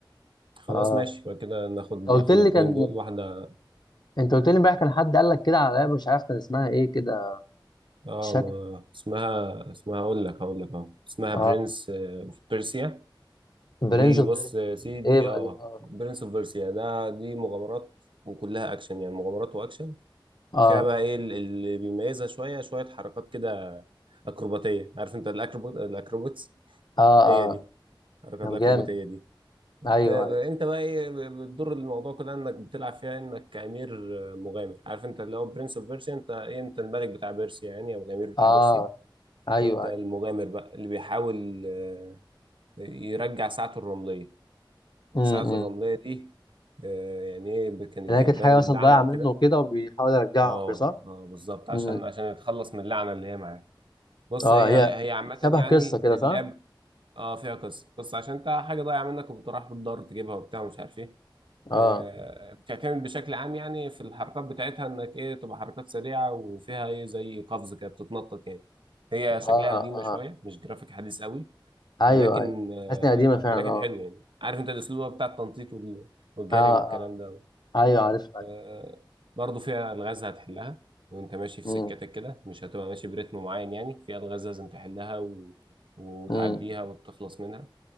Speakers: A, on the right (about 75°); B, on the left (about 55°).
A: خلاص
B: اه
A: ماشي يبقى كده ناخد
B: انت قلت
A: ناخد
B: لي
A: الاثنين
B: كان
A: دول واحده
B: انت قلت لي امبارح كان حد قال لك كده على لعبه مش عارف كان اسمها ايه كده
A: اه
B: مش فاكر
A: ما... اسمها اسمها اقول لك هقول لك اه اسمها
B: اه
A: برنس اوف بيرسيا
B: برنس
A: دي
B: اوف
A: بص
B: ديرث
A: يا سيدي
B: ايه بقى
A: اه
B: دي اه
A: برنس اوف بيرسيا ده دي مغامرات وكلها اكشن يعني مغامرات واكشن
B: اه
A: فيها بقى ايه ال- اللي بيميزها شويه شويه حركات كده اكروباتيه عارف انت الاكروبات الاكروباتس
B: اه,
A: هي دي
B: آه.
A: حركات
B: طب
A: الاكروباتيه
B: جامد
A: دي
B: ايوه
A: ت-
B: ايوه
A: انت بقى ايه ب- بتضر الموضوع كده انك بتلعب فيها انك امير مغامر عارف انت اللي هو برنس اوف بيرسيا انت ايه انت الملك بتاع بيرسيا يعني او الامير بتاع
B: اه
A: بيرسيا
B: ايوه
A: انت
B: ايوه
A: المغامر بقى اللي بيحاول آه، يرجع ساعته الرملية
B: امم
A: ساعته الرملية دي آه، يعني ايه ب- كانت
B: اللي هي
A: جايبه
B: كانت حاجه
A: له
B: مثلا
A: اللعنة
B: ضايعه
A: وكده
B: منه وكده وبيحاول يرجعها
A: اه
B: وكده صح؟
A: اه بالظبط عشان
B: امم إمم.
A: عشان يتخلص من اللعنة اللي هي معاه بص
B: اه
A: هي
B: هي
A: هي عامة
B: شبه
A: يعني
B: قصه كده
A: اللعب
B: صح؟
A: اه فيها قصة بس عشان انت حاجة ضايعة منك وبتروح بتدور تجيبها وبتاع ومش عارف ايه
B: اه
A: آه، بتعتمد بشكل عام يعني في الحركات بتاعتها انك ايه تبقى حركات سريعه وفيها ايه زي قفز كده بتتنطط يعني هي شكلها
B: اه
A: قديمه
B: اه
A: شويه مش جرافيك حديث قوي
B: ايوه
A: ولكن
B: ايوه
A: آه،
B: حاسس انها قديمه فعلا
A: ولكن
B: اه
A: حلو يعني عارف انت الاسلوب بتاع التنطيط وال- والجري
B: اه
A: والكلام
B: اه
A: ده
B: ايوه عارفها
A: آه،
B: ايوه
A: برضو فيها الغاز هتحلها وانت ماشي في
B: امم
A: سكتك كده مش هتبقى ماشي برتم معين يعني فيها الغاز لازم تحلها و... وتعديها
B: امم
A: وتخلص منها